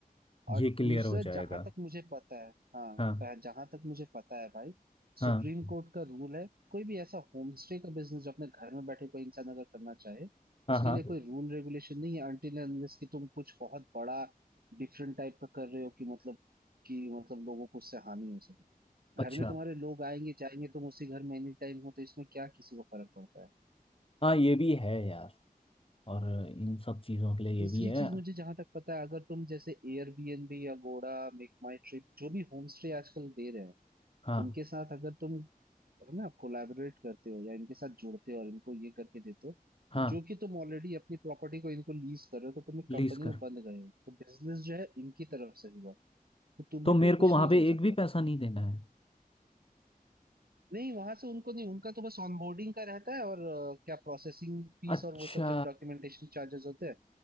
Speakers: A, on the right; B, on the left.
A: और
B: ये क्लियर
A: दूसरा
B: हो जाएगा
A: जहां तक मुझे पता है हाँ
B: हाँ
A: पह- जहां तक मुझे पता है भाई
B: हाँ
A: सुप्रीम कोर्ट का रूल है कोई भी ऐसा होम स्टे का बिजनेस जो अपने घर में बैठे कोई इंसान अगर करना चाहे
B: हाँ
A: उसके
B: हाँ
A: लिए कोई रूल रेगुलेशन नहीं है अनटिल एंड अनलेस कि तुम कुछ बहुत बड़ा डिफरेंट टाइप का कर रहे हो कि मतलब कि मतलब लोगों को उससे हानि हो सके
B: अच्छा
A: घर में तुम्हारे लोग आएंगे जाएंगे तुम उसी घर में एनी टाइम हो तो इसमें क्या किसी को फर्क पड़ता है
B: हाँ ये भी है यार और इन सब चीज़ों के लिए
A: तीसरी
B: ये भी है
A: चीज मुझे जहां तक पता है अगर तुम जैसे एयरबीएनबी या गोड़ा मेक माई ट्रिप जो भी होम स्टे आजकल दे रहे हैं
B: हाँ
A: इनके साथ अगर तुम है ना कोलैबोरेट करते हो या इनके साथ जुड़ते हो और इनको ये करके देते हो
B: हाँ
A: तो जो कि तुम ऑलरेडी अपनी प्रॉपर्टी को इनको लीज कर रहे हो तो तुम एक
B: लीज
A: कंपनी
B: कर
A: में बंद गए हो तो बिजनेस जो है इनकी तरफ से हुआ तो तुम्हें
B: तो मेरे
A: कोई
B: को
A: कुछ
B: वहाँ
A: नहीं
B: पे
A: बोल
B: एक
A: सकता
B: भी
A: फिर
B: पैसा नहीं देना है
A: नहीं वहां से उनको नहीं उनका तो बस ऑनबोर्डिंग का रहता है और अ, क्या प्रोसेसिंग फीस
B: अच्छा
A: और वो सब जो डॉक्यूमेंटेशन चार्जेस होते हैं